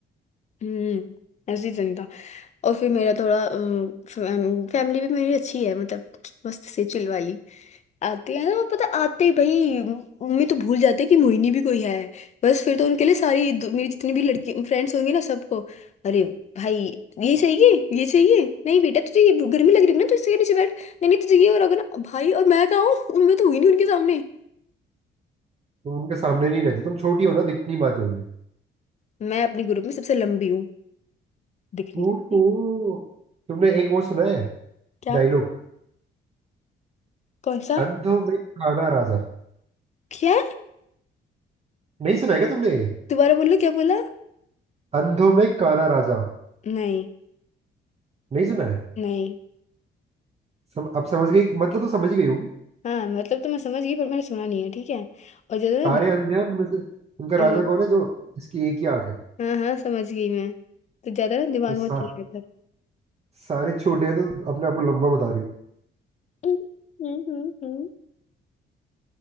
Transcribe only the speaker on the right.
तुम उनके सामने नहीं रहते तुम छोटी हो ना दिखनी बातें होंगी
ओहो
तुमने एक वो सुना है
डायलॉग
अंधों में काना राजा
नहीं सुना है क्या तुमने ये?
अंधों में काना राजा
नहीं सुना है
सम, अब समझ गई मतलब तो समझ ही गई होगी
सारे अंधे हैं उनमें से उनका
राजा कौन है जो इसकी एक ही आंख है
तो सा,
सारे छोटे हैं तो अपने आप को लंबा बता रही हो